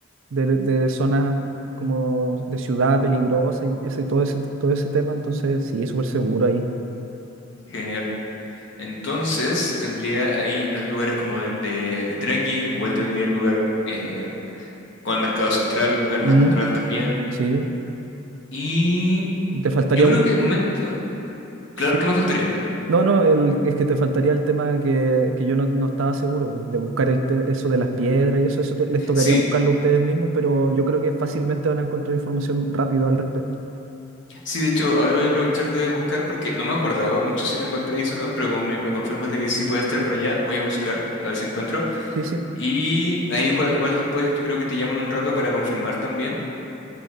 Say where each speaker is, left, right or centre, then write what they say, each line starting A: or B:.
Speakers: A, on the right; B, on the left.
A: del- de zonas como de ciudad peligrosa y ese, todo ese, todo ese tema, entonces sí, súper seguro ahí.
B: Genial. Entonces tendría ahí los lugares como de, de- de trekking, igual tendría el lugar eh, con el mercado central, un lugar más
A: Mm,
B: natural también.
A: sí,
B: Y
A: y te faltaría
B: yo creo
A: bus-
B: que de momento,
A: sí.
B: claro, ¿qué me faltaría?
A: No, no, el, es que te faltaría el tema que, que yo no, no estaba seguro, pues, de buscar el te- eso de las piedras y eso, eso te- les tocaría
B: Sí,
A: buscarlo ustedes mismos, pero yo creo que fácilmente van a encontrar información rápido al respecto.
B: Sí, de hecho, ahora voy a aprovechar de buscar porque no me acordaba mucho si era en Valparaíso o no, pero como me, me confirmas de que sí puede estar por allá, voy a buscar, a ver si encuentro.
A: Sí, sí.
B: Y ahí igual, igual después yo creo que te llaman un rato para confirmar también.